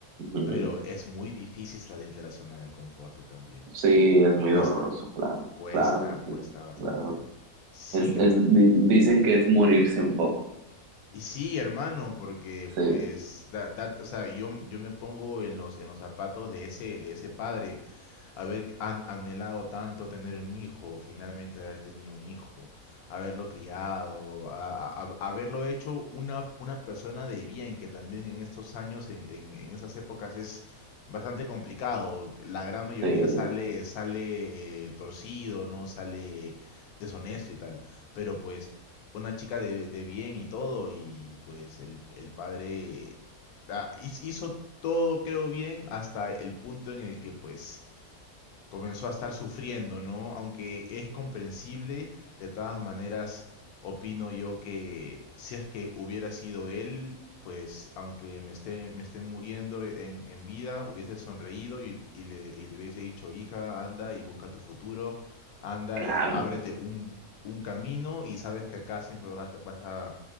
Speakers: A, on the right; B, on the left.
A: Ujú.
B: Pero es muy difícil salir de la zona de confort también.
A: Sí, es muy
B: Cuesta,
A: doloroso, claro,
B: cuesta,
A: claro que
B: cuesta
A: sí.
B: bastante.
A: claro.
B: Sin,
A: Es,
B: em-
A: es, di- dicen que es morirse un poco.
B: y sí, hermano, porque pues
A: Sí,
B: da, da- o sea, yo, yo me pongo en los en los zapatos de ese de ese padre haber an- anhelado tanto tener un hijo, finalmente haber tenido un hijo, haberlo criado, a- a- a- haberlo hecho una, una persona de bien, que también en estos años, en, en- en esas épocas es bastante complicado. La gran mayoría
A: sí,
B: sale, sale eh, torcido, ¿no? Sale deshonesto y tal. Pero pues una chica de, de bien y todo, y pues el, el padre ah, hiz- hizo todo, creo bien, hasta el punto en el que pues comenzó a estar sufriendo, ¿no? Aunque es comprensible, de todas maneras, opino yo que si es que hubiera sido él, pues aunque me esté, me esté muriendo e, en, en vida, hubiese sonreído y, y le, y le hubiese dicho, hija, anda y busca tu futuro, anda
A: claro.
B: y ábrete un, un camino y sabes que acá siempre vas, vas a,